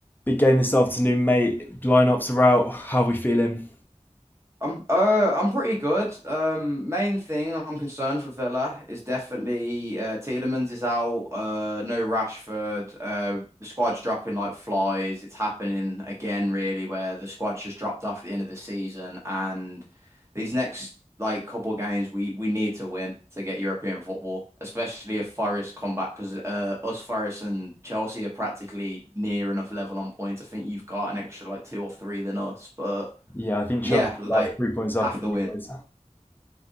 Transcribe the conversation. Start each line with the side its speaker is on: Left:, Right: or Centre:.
Left: Big game this afternoon, mate. Lineups are out. How are we feeling?
Right: I'm uh I'm pretty good. Um, main thing I'm concerned for Villa is definitely uh Tielemans is out. Uh, no Rashford. Uh, the squad's dropping like flies. It's happening again, really, where the squad's just dropped off at the end of the season. And these next like couple games, we we need to win to get European football, especially if Forest come back because uh us Forest and Chelsea are practically near enough level on points. I think you've got an extra like two or three than us, but.
Left: Yeah, I think
Right: Yeah,
Left: Chelsea are
Right: like
Left: about three points
Right: have
Left: up on
Right: to win.
Left: you boys.